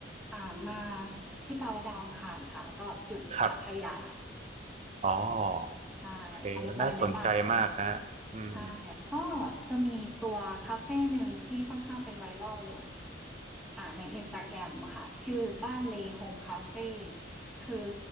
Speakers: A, in the centre; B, on the right.
A: อ่า Mars ที่แปลว่าดาวอังคารค่ะแล้วก็จุดพัทยา
B: ครับอ๋อ
A: ใช่
B: โอเคน่าสนใจมากฮะอืม
A: อันนี้จอยแนะนำเลย ใช่แล้วก็จะมีตัวคาเฟหนึ่งที่ค่อนข้างเป็น viral อ่าใน Instagram อะค่ะชื่อบ้านเล Home Cafe คือ